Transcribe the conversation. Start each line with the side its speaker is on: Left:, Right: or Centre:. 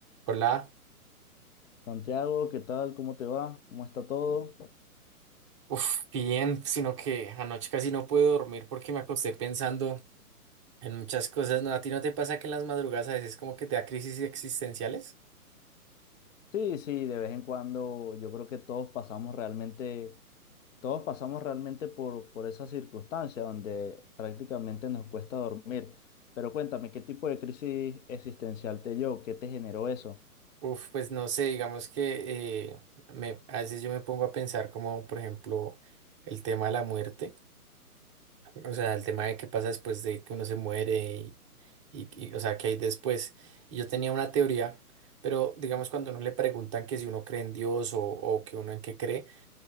Right: Hola,
Left: Santiago, ¿qué tal? ¿Cómo te va? ¿Cómo está todo?
Right: uf, bien, sino que anoche casi no puedo dormir porque me acosté pensando en muchas cosas. ¿No? ¿A ti no te pasa que en las madrugadas a veces como que te da crisis existenciales?
Left: Sí, sí, de vez en cuando yo creo que todos pasamos realmente, todos pasamos realmente por, por esa circunstancia donde prácticamente nos cuesta dormir. Pero cuéntame, ¿qué tipo de crisis existencial te dio? ¿Qué te generó eso?
Right: Uf, pues no sé, digamos que eh, me, a veces yo me pongo a pensar como, por ejemplo, el tema de la muerte, o sea, el tema de qué pasa después de que uno se muere y, y, y, o sea, qué hay después. Y yo tenía una teoría, pero digamos cuando uno le preguntan que si uno cree en Dios o, o que uno en qué cree.